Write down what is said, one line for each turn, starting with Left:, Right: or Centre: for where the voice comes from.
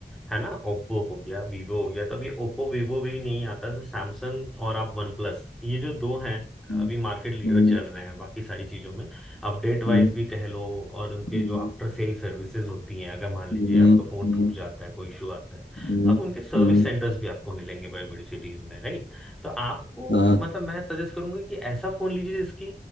Centre: है ना ओप्पो हो गया वीवो हो गया तो अब ये ओप्पो वीवो भी नहीं आता तो सैमसंग और आप वन प्लस ये जो दो हैं
Left: हम्म,
Centre: अभी मार्केट लीडर
Left: हम्म,
Centre: चल रहे हैं बाकी सारी चीजों में अपडेट वाइज
Left: हम्म,
Centre: भी कह लो और उनके
Left: हम्म,
Centre: जो आफ्टर सेल सर्विसेज होती हैं अगर मान लीजिए
Left: हम्म,
Centre: आपका फोन
Left: हम्म,
Centre: टूट जाता है कोई इशू आता है
Left: हम्म,
Centre: तो आप उनके सर्विस
Left: हम्म,
Centre: सेंटर्स भी आपको मिलेंगे बड़ी बड़ी सिटीज में राइट तो आपको
Left: हाँ
Centre: मतलब मैं सजेस्ट करूंगी कि ऐसा फोन लीजिए जिसकी